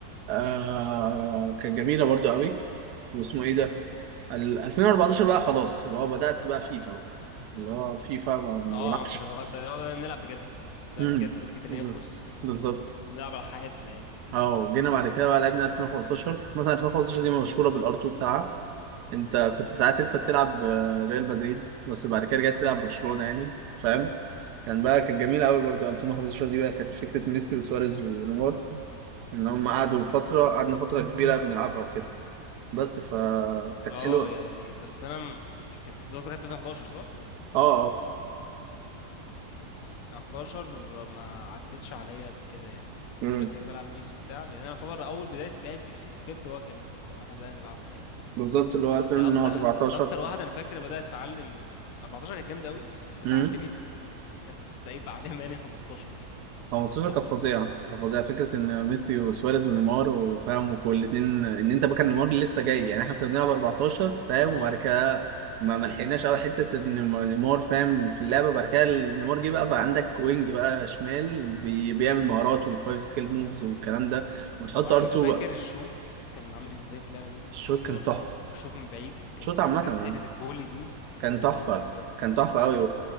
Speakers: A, on the right; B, on the left.
A: آه كانت جميله برضو قوي واسمه ايه ده ال- 2014 بقى خلاص اللي هو بدات بقى فيفا بقى اللي هو فيفا ما, ما
B: اه
A: بلعبش
B: كنا بقى- بدأنا بدأنا نلعب بجد ده
A: امم
B: بجد وفي تنافس
A: بز-
B: وبنلعب
A: بالظبط
B: على حياتنا يعني
A: اه جينا بعد كده بقى لعبنا 2015 مثلا 2015 دي مشهوره بالار 2 بتاعها انت كنت ساعات انت بتلعب آه، ريال مدريد بس بعد كده رجعت تلعب برشلونه يعني فاهم كان بقى كانت جميله قوي برضو 2015 دي بقى كانت فكره ميسي وسواريز ونيمار ان هم قعدوا فتره قعدنا فتره كبيره بنلعبها وكده بس فكانت
B: اه
A: حلوه
B: يعني بس انا م- كانت بتوصل فيفا 11 صح؟
A: اه اه
B: 11 ما عدتش عليا قد كده يعني أنا كنت
A: امم
B: لسه بلعب بيس وبتاع يعني انا يعتبر اول بدايه لعبي الفيفا بجد هو كان لما احنا بدانا نلعبها يعني
A: بالظبط اللي
B: بس
A: هو 2014
B: اكتر بس اكتر واحده انا فاكر بدات اتعلم 14 كانت جامده قوي بس اللي
A: امم
B: علمت كانت سايبه عليها يعني 15 دي
A: 15
B: كانت تحفه
A: كانت فظيعه كانت فظيعه فكره ان ميسي وسواريز ونيمار وفاهم وكل اتنين ان انت بقى كان نيمار لسه جاي يعني احنا كنا بنلعب 14 فاهم
B: اه
A: وبعد كده ما ما لحقناش قوي حته ان نيمار فاهم في اللعبه بعد كده نيمار جه بقى بقى عندك وينج بقى شمال بي بيعمل مهارات وفايف سكيل موفز والكلام ده وتحط
B: ما اعرفش
A: ار 2
B: انت فاكر
A: بقى
B: الشوط كان عامل ازاي في اللعبه دي
A: الشوط
B: الار
A: كان تحفه
B: 2 والشوط من بعيد كان
A: الشوط
B: في
A: عامه
B: بتاعت
A: يعني
B: حته الفولي دي
A: كان
B: يا
A: تحفه
B: نهار ابيض
A: كان تحفه قوي